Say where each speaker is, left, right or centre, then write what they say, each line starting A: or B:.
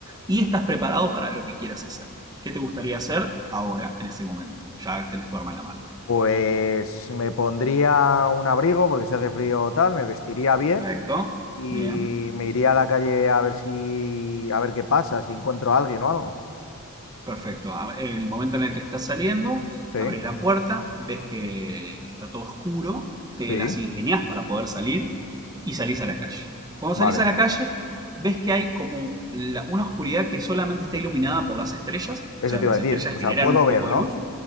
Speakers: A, on the right; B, on the left.
A: y estás preparado para lo que quieras hacer. ¿Qué te gustaría hacer ahora, en ese momento? Ya tenés tu arma en la mano.
B: Pues me pondría un abrigo porque si hace frío o tal, me vestiría bien
A: Perfecto,
B: y
A: bien.
B: me iría a la calle a ver si, a ver qué pasa, si encuentro a alguien o algo.
A: Perfecto. A- El momento en el que estás saliendo,
B: Sí,
A: abrís la puerta, ves que está todo oscuro, te
B: sí,
A: las ingeniás para poder salir y salís a la calle. Cuando
B: vale.
A: salís a la calle, ves que hay como la- una oscuridad que solamente está iluminada por las estrellas,
B: Eso
A: o sea,
B: te
A: las
B: iba a decir.
A: estrellas
B: O
A: generan
B: sea, puedo
A: un
B: ver,
A: poco
B: ¿no?
A: de luz.